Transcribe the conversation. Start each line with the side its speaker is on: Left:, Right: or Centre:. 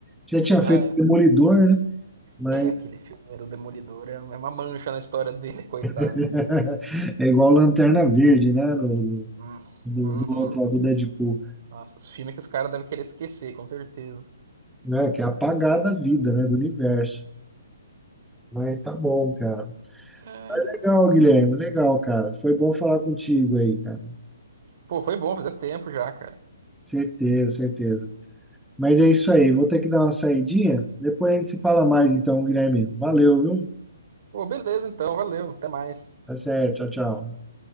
Centre: Já tinha
Right: Ah,
Centre: feito
Right: é.
Centre: Demolidor, né? Mas
Right: É, aquele filme do Demolidor é é uma mancha na história dele, <laughs> coitado.
Centre: <laughs> é igual Lanterna Verde, né? Do,
Right: Hum,
Centre: do,
Right: uhum.
Centre: do outro lado do Deadpool,
Right: Nossa, esse filme é que os caras devem querer esquecer, com certeza.
Centre: né? Que é apagar da vida, né? Do universo. Mas tá bom, cara.
Right: Ai.
Centre: Legal, Guilherme. Legal, cara. Foi bom falar contigo aí, cara.
Right: Pô, foi bom, fazia tempo já, cara.
Centre: Certeza, certeza. Mas é isso aí. Vou ter que dar uma saidinha. Depois a gente se fala mais, então, Guilherme. Valeu, viu?
Right: Pô, beleza então, valeu, até mais.
Centre: Tá certo. Tchau, tchau.